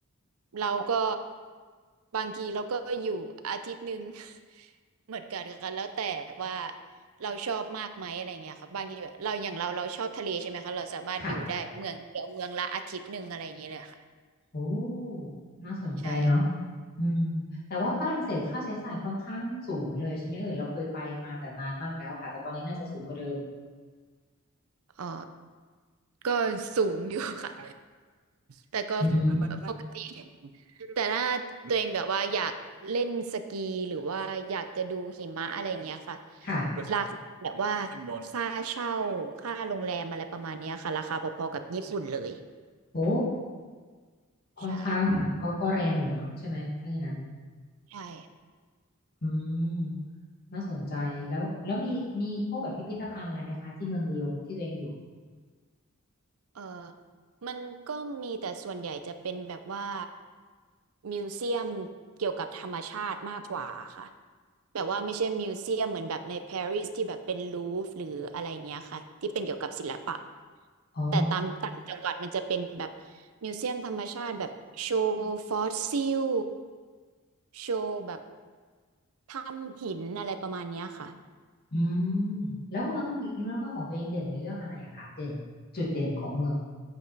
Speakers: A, on the right (about 75°); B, on the left (about 45°).
A: เราก็บางทีเราก็อยู่อาทิตย์หนึ่ง <laughs> เหมือนกันค่ะแล้วแต่ว่าเราชอบมากไหมอะไรเงี้ยค่ะบางทีแบบเราอย่างเราเราชอบทะเลใช่ไหมคะเราสามารถอยู่ได้เมืองเดียวเมืองละอาทิตย์หนึ่งอะไรอย่างเงี้ยเลยค่ะ
B: ค่ะโอ้น่าสนใจเนาะ
A: ใช่
B: อืมแต่ว่าฝรั่งเศสค่าใช้จ่ายค่อนข้างสูงเลยใช่ไหมเอ่ยเราเคยไปมาแต่นานมากแล้วอะค่ะแต่ตอนนี้น่าจะสูงกว่าเดิม
A: อ๋อ ก็สูงอยู่ค่ะ แต่ก็
B: อืม
A: ปกติ แต่ถ้าตัวเองแบบว่าอยากเล่นสกีหรือว่าอยากจะดูหิมะอะไรอย่างเงี้ยค่ะ
B: ค่ะ
A: ราคาแบบว่าค่าเช่าค่าโรงแรมอะไรประมาณเนี้ยค่ะราคาพอๆกับญี่ปุ่นเลย
B: โอ้
A: ใช่
B: ค่อนข้างก็ก็แรงอยู่เนาะใช่ไหมถ้าอย่างนั้น
A: ใช่
B: อืมน่าสนใจแล้วแล้วมีมีพวกแบบพิพิธภัณฑ์อะไรไหมคะที่เมืองลียงที่ตัวเองอยู่
A: เออมันก็มีแต่ส่วนใหญ่จะเป็นแบบว่ามิวเซียมเกี่ยวกับธรรมชาติมากกว่าค่ะแบบว่าไม่ใช่มิวเซียมเหมือนแบบในปารีสที่แบบเป็นลูฟหรืออะไรเงี้ยค่ะที่เป็นเกี่ยวกับศิลปะ
B: อ๋อ
A: แต่ตามต่างจังหวัดมันจะเป็นแบบมิวเซียมธรรมชาติแบบโชว์ฟอสซิลโชว์แบบถ้ำหินอะไรประมาณเนี้ยค่ะ
B: อืมแล้วเมืองแล้วเมืองของตัวเองเด่นในเรื่องอะไรอะคะเด่นจุดเด่นของเมือง